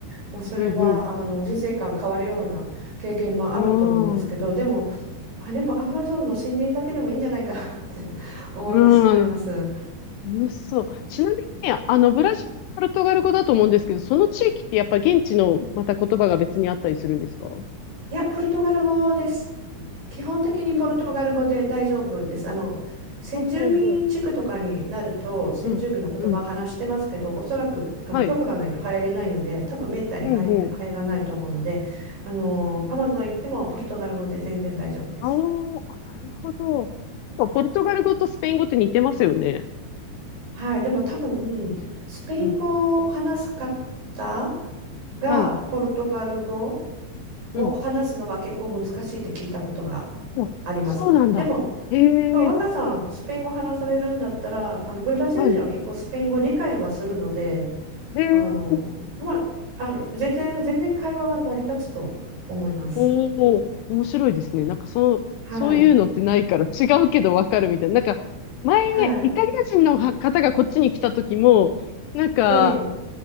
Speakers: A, on the right (about 50°); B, on the left (about 80°).
A: まあ、それはあの人生観変わるような経験もあると思うんですけどでも、
B: うんうん。うーん。
A: あ、でもアマゾンの森林だけでもいいんじゃないかなって <laughs> 思ってしまいます。
B: うーん。楽しそう。ちなみにね、あの、ブラジル、ポルトガル語だと思うんですけど、その地域ってやっぱ現地のまた言葉が別にあったりするんですかうん。
A: いや、ポルトガル語です。基本的にポルトガル語で大丈夫です。
B: うん
A: あの、先住民地区とかになると、
B: うんうん
A: 先住民の言葉話してますけど、
B: うん。うん。
A: おそらくあの許可がないと入れないので、
B: はい。
A: 多分めったに入れ、
B: うんうん。
A: 入らないと思うので、あの、アマゾン行ってもポルトガル語で全然大丈夫です。
B: あーあ、なるほど。ポルトガル語とスペイン語って似てますよね。
A: はい、でも多分、スペイン語を話す方
B: うん。
A: が、
B: はい。
A: ポルトガル語を話すのは結構難しいって聞いたことが
B: うん。あ、
A: あります。
B: そうなんだ。
A: でも、
B: へ
A: そう若さん、
B: え、
A: スペイン語話されるんだったら、あのブラジル人は結構スペイン語理解はするので、
B: はい。へえ、
A: あの、まあ、あの全然、全然会話は成り立つと思います。
B: おお、面白いですね。なんかそう、
A: はい。
B: そういうのってないから違うけどわかるみたいな。なんか、前、
A: はい。
B: イタリア人の方がこっちに来た時も、なんか、
A: ええ、